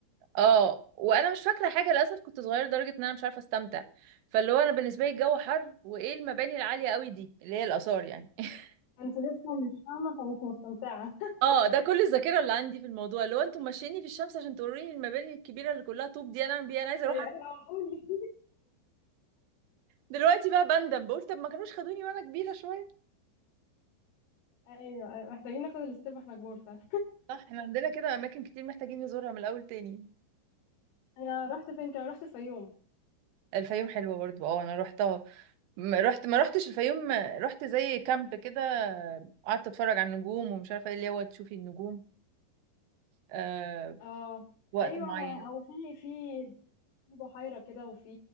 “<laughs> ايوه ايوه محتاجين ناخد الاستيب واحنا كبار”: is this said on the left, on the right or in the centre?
Left